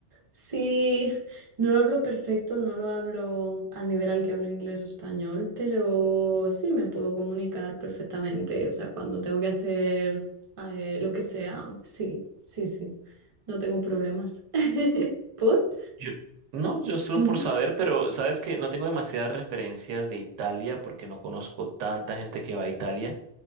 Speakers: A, on the right; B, on the right.
A: Sí, no lo hablo perfecto, no lo hablo al nivel al que hablo inglés o español, pero sí me puedo comunicar perfectamente. O sea, cuando tengo que hacer eh, lo que sea, sí, sí, sí, no tengo problemas. <laughs> ¿Por?
B: Yo, no, yo solo
A: Ujú,
B: por saber, pero sabes que no tengo demasiadas referencias de Italia porque no conozco tanta gente que va a Italia.